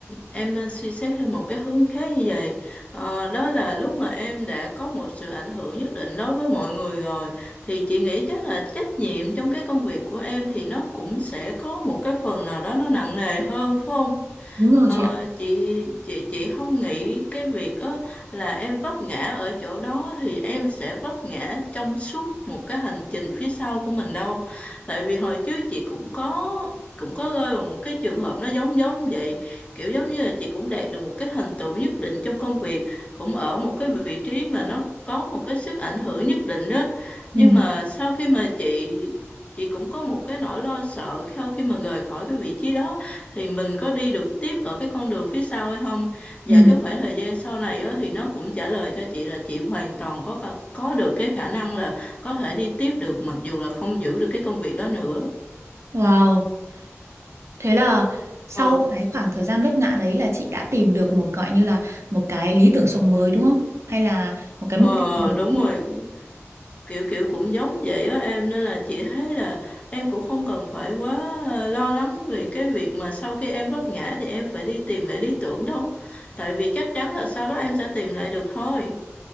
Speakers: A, on the left (about 25°); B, on the right (about 65°).
A: em nên suy xét theo một cái hướng khác như vậy. Ờ, đó là lúc mà em đã có một sự ảnh hưởng nhất định đối với mọi người rồi, thì chị nghĩ chắc là trách nhiệm trong cái công việc của em thì nó cũng sẽ có một cái phần nào đó nó nặng nề hơn, phải không?
B: Đúng rồi
A: Ờ,
B: chị ạ.
A: chị chị chị không nghĩ cái việc đó là em vấp ngã ở chỗ đó thì em sẽ vấp ngã trong suốt một cái hành trình phía sau của mình đâu. Tại vì hồi trước chị cũng có cũng có rơi vào một cái trường hợp nó giống giống vậy, kiểu giống như là chị cũng đạt được một cái thành tựu nhất định trong công việc, cũng ở một cái vị trí mà nó có một cái sức ảnh hưởng nhất định đó. Nhưng
B: Ừ,
A: mà sau khi mà chị chị cũng có một cái nỗi lo sợ sau khi mà rời khỏi cái vị trí đó thì mình có đi được tiếp ở cái con đường phía sau hay không và
B: ừ.
A: cái khoảng thời gian sau này á, thì nó cũng trả lời cho chị là chị hoàn toàn có cả- có được cái khả năng là có thể đi tiếp được mặc dù là không giữ được cái công việc đó nữa
B: Wow. Thế là sau
A: ờ
B: cái khoảng thời gian vấp ngã đấy là chị đã tìm được một gọi như là một cái lý tưởng sống mới đúng không? Hay là một cái
A: ờ
B: mục tiêu mới
A: đúng rồi kiểu kiểu cũng giống vậy á em nên là chị thấy là em cũng không cần phải quá ờ, lo lắng về cái việc mà sau khi em vấp ngã thì em phải đi tìm lại lý tưởng đâu tại vì chắc chắn là sau đó em sẽ tìm lại được thôi